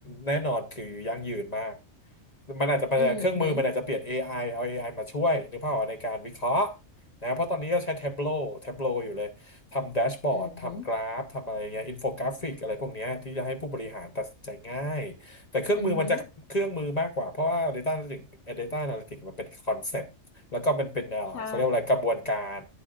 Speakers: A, on the left; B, on the left.
A: แน่นอนคือยั่งยืนมาก มันอาจจะเป็นเครื่องมือมันอาจจะเปลี่ยน
B: อืมฮึ
A: AI เอา AI มาช่วยนึกภาพออกในการวิเคราะห์นะเพราะตอนนี้ก็ใช้ Tableau Tableau อยู่เลยทำแดชบอร์ดทำกราฟทำอะไรเงี้ยอินโฟกราฟิกอะไรพวกเนี้ยที่จะให้ผู้บริหารตัดสินใจง่ายแต่เครื่องมือมันจะเครื่องมือมากกว่าเพราะว่า
B: อือหืออือหือ
A: Data Analytics Data Analytics มันเป็นคอนเซปต์แล้วก็มันเป็นเอ่อเขาเรียกว่าอะไรกระบวนการ
B: ใช่